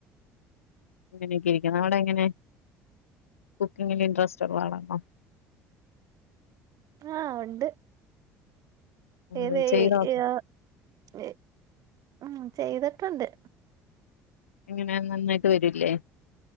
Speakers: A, on the left; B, on the right.
A: അങ്ങനെക്കെ ഇരിക്കുന്നു അവിടെ എങ്ങനെ കുക്കിങ്ങിൽ ഇൻട്രസ്റ്റ് ഉള്ളആളാന്നോ
B: ആഹ് ഉണ്ട്
A: ഉണ്ട്
B: ഏത്
A: ചെയ്ത് നോക്ക്
B: ഈ ആഹ് ഏഹ് ഉം ചെയ്തിട്ടുണ്ട്
A: എങ്ങനെ നന്നായിട്ട് വരൂല്ലേ